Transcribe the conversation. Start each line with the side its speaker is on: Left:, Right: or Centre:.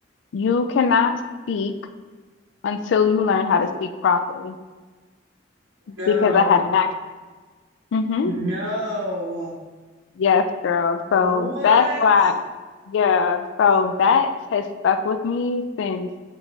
Left: You cannot speak until you learn how to speak properly
Right: no,
Left: because I had an accent. hmm
Right: no.
Left: Yes, girl.
Right: What?
Left: So that's why, yeah. So that has stuck with me since.